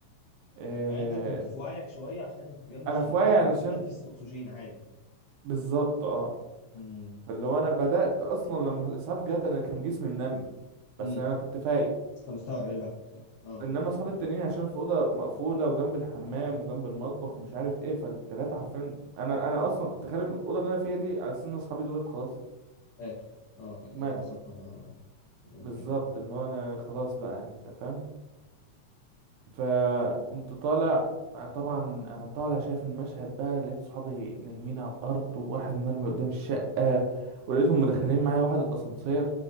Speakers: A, on the right; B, on the left.
A: آه...
B: يعني انت كنت في وعيك شويه عشان انت كنت جنب الشباك
A: أنا في وعي
B: فانت
A: علشان
B: بتتنفس اكسجين عادي
A: بالظبط اه
B: امم
A: فاللي هو انا بدأت اصلا لما الاسعاف جت انا كان جسمي منمل بس
B: امم
A: انا كنت فايق
B: انت مستوعب البحث يعني اه
A: انما اصحابي التانيين عشان في اوضه مقفوله وجنب الحمام وجنب المطبخ ومش عارف ايه فالتلاته حرفيا انا انا اصلا كنت خارج من الاوضه اللي انا فيها دي على سن اصحابي دولت خلاص
B: اكل اه يعني
A: ماتوا
B: خلاص شكرا يا امي
A: بالظبط
B: يا جدعان
A: اللي هو انا خلاص بقى انت فاهم فقمت طالع طبعا انا طالع شايف المشهد بقى لقيت صحابي نايمين على الارض وواحد مرمي قدام الشقه ولقيتهم مدخلين معايا واحد الاسانسير